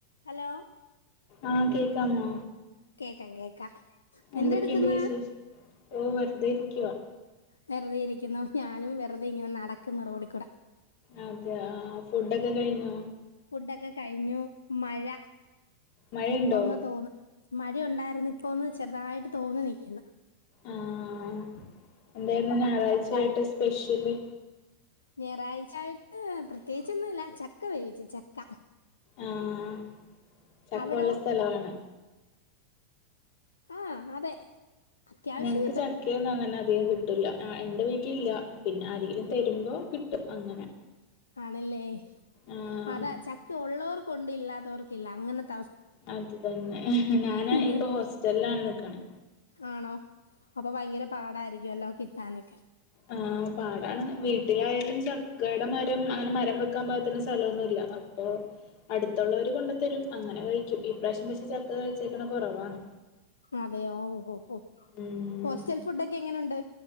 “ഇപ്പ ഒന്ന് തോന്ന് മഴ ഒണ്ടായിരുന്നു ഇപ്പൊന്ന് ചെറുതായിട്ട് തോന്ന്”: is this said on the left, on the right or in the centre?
Left